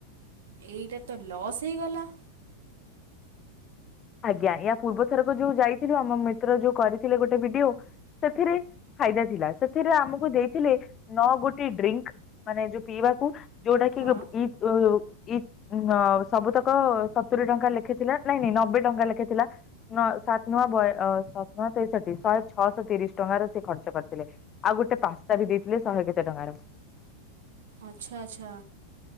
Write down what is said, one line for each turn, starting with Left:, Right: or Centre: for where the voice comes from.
Right: ଏଇଟା ତ ଲସ୍ ହେଇଗଲା।
Left: ଆଜ୍ଞା ୟା ପୂର୍ବଥରକ ଯୋଉ ଯାଇଥିଲୁ ଆମ ମିତ୍ର ଯୋଉ କରିଥିଲେ ଗୋଟେ ଭିଡିଓ ସେଥିରେ ଫାଇଦା ଥିଲା ସେଥିରେ ଆମକୁ ଦେଇଥିଲେ ନଅ ଗୋଟି ଡ୍ରିଙ୍କ ମାନେ ଯୋଉ ପିଇବାକୁ। ଯଉଟା କିଇ
Right: ହଁ
Left: <unintelligible> ସବୁତକ ସତୁରି ଟଙ୍କା ଲେଖେଥିଲା ନାଇଁ ନାଇଁ ନବେ ଟଙ୍କା ଲେଖାଏ ଥିଲା। ନ ସାତ ନୂଆ ବୟ ସାତ ନୂଆ ତେଷଠି ଶହେ ଛଅଶହ ତିରିଶ ଟଙ୍କାର ସେ ଖର୍ଚ୍ଚ କରିଥିଲେ। ଆଉ ଗୋଟେ ପାସ୍ତା ବି ଦେଇଥିଲେ ଶହେ କେତେ ଟଙ୍କାର।
Right: ଆଚ୍ଛା ଆଚ୍ଛା